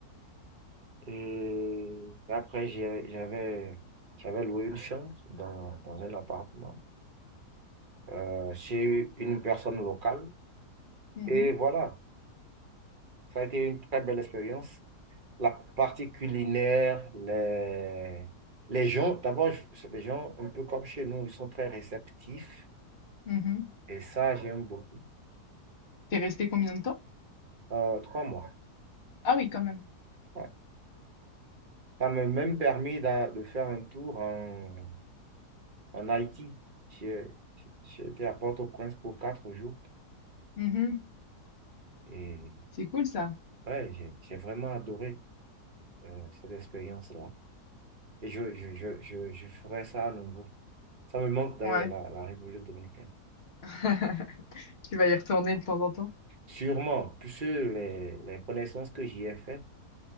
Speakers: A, on the right; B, on the left.
A: Et après, j'ai- j'avais, j'avais loué une chambre dans, dans un appartement euh, chez une personne locale.
B: mhm,
A: Et voilà, ça a été une très belle expérience. La partie culinaire, les, les gens, d'abord, je- c'est des gens un peu comme chez nous, ils sont très réceptifs.
B: mhm.
A: Et ça, j'aime beaucoup.
B: T'es resté combien de temps?
A: Euh, trois mois.
B: Ah oui, quand même.
A: ouais. Ça m'a même permis d'a- de, faire un tour en, en Haïti. J'ai j'ai- j'ai été à Port-au-Prince pour quatre jours.
B: Mhm.
A: et
B: C'est cool ça.
A: Ouais, j'ai, j'ai vraiment adoré euh, cette expérience-là. Et je, je, je, je, je ferai ça à nouveau. Ça me manque d'ailleurs,
B: Ouais.
A: la, la République dominicaine.
B: <laughs> Tu vas y retourner de temps en temps.
A: Sûrement, puisque les, les connaissances que j'y ai faites,